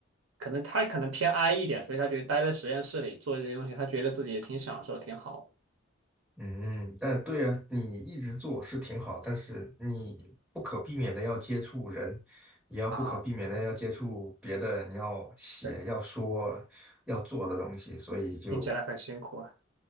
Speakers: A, on the right; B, in the centre.
A: 可能他可能偏 I 一点，所以他觉得待在实验室里做这些东西，他觉得自己也挺享受，挺好的
B: 嗯，但对呀，你一直做是挺好，但是你不可避免的要接触人，也要不可避免的要接触别的，
A: 啊。
B: 你要写、
A: 对，
B: 要说、要做的东西，所以就
A: 听起来很辛苦啊。